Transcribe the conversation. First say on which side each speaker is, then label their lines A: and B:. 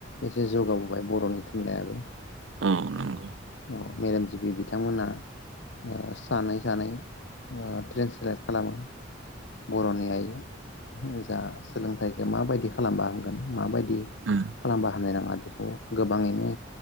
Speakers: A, on the left; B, on the right.
A: एसे जौगाबोबाय बर'नि थुनलायाबो
B: औ नंगौ
A: औ मेलेमजिबि बिथांमोना ओ सानै सानै ट्रेन्सलेट खालामो बर'नि आइ जा सोलोंथाइखौ माबायदि खालामबा होगोन मा बायदि बिदि
B: उम
A: खालामबा हामनाय नङा बि खौ गोबाङैनो